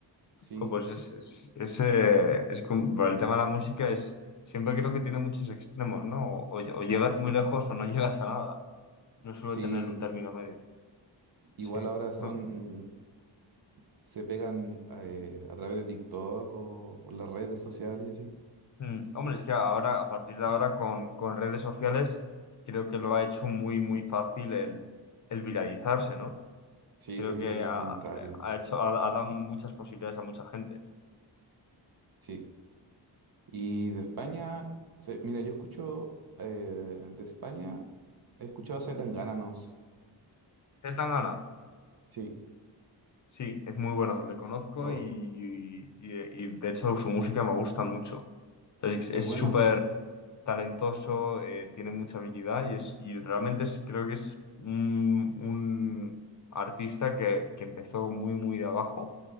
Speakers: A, on the right; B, on the left.
A: sí,
B: Jo, Pues es, es, es, eh, es com- por el tema de la música es siempre creo que tiene muchos extremos, ¿no? O, o llegas muy lejos o no <laughs> llegas a nada. No suele
A: sí.
B: tener un término medio.
A: Igual
B: Sí.
A: ahora son,
B: Bueno,
A: se pegan eh, a través de TikTok o por las redes sociales y así.
B: Mm, Hombre, es que ahora, a partir de ahora, con, con redes sociales, creo que lo ha hecho muy, muy fácil el, el viralizarse, ¿no?
A: Sí,
B: Creo
A: se viralizan
B: que ha,
A: rápido.
B: ha hecho, ha, ha dado muchas posibilidades a mucha gente.
A: Sí. Y de España, se- mira, yo escucho eh, de España, he escuchado a Zetangana, ¿no?
B: ¿Qué tan gana?
A: Sí.
B: Sí, es muy bueno, le conozco
A: O,
B: y, y y, de hecho su música me gusta mucho. Es es
A: Es bueno,
B: súper talentoso, eh, tiene mucha habilidad y, es, y realmente es- creo que es un, un artista que, que empezó muy, muy de abajo